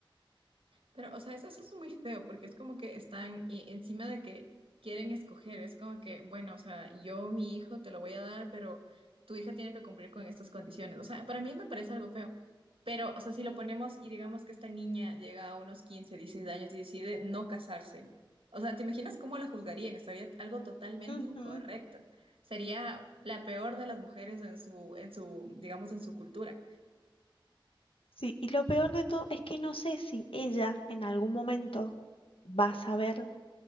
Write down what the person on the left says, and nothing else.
Ujú.
Sí, y lo peor de todo es que no sé si ella en algún momento va a saber